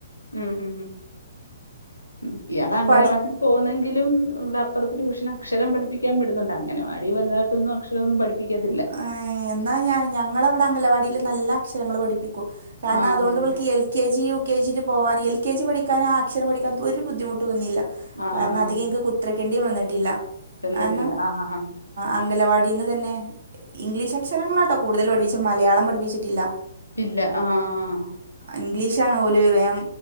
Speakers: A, on the left (about 80°); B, on the right (about 55°).
A: ഉം ഹം ഉം ഇയാള് അംഗനവാടി
B: പഠി
A: പോന്നെങ്കിലും ഇവിടെ അപ്പുറത്ത് ട്യൂഷൻ അക്ഷരം പഠിപ്പിക്കാൻവി ടുന്നുണ്ട് അംഗനവാടി വലതാട്ടൊന്നും അക്ഷരമൊന്നും പഠിപ്പിക്കത്തില്ല
B: ങ്ങേ എന്നാൽ ഞാ ഞങ്ങളവിടെ അംഗലവാടിയിൽ നല്ല അക്ഷരങ്ങൾ പഠിപ്പിക്കും കാരണം
A: ആഹ്.
B: അതുകൊണ്ട്ഇവൾ ക്ക് L K G U K ജിയി പോവാൻ എ കെ ജി പഠിക്കൻ ആ അക്ഷരം പഠിക്കാൻ ഒരു ബുദ്ധിമുട്ടും വന്നില്ല
A: ആഹ്.
B: കാരണം അധികം എനിക്ക് കുത്രക്കേണ്ടി വന്നിട്ടില്ല
A: ചെന്നിട്ടില്ല.
B: കാരണം
A: ആഹ് ആഹ്.
B: അംഗലവാടി ഇതി ന്ന് തന്നെ ഇംഗ്ലീഷ് അക്ഷരങ്ങളാട്ടോ കൂടുതൽ പഠിപ്പിച്ച മലയാളം പഠിപ്പിച്ചിട്ടില്ല
A: ഇല്ല ആഹ്‌ ആഹ്
B: ഇംഗ്ലീഷ ആണ്ഓല് വേഗം